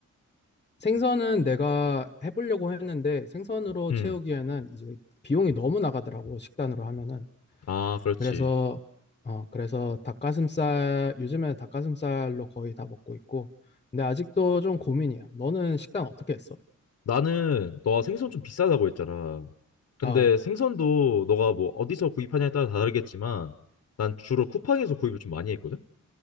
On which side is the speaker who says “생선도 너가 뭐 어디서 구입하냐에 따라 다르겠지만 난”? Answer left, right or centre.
Left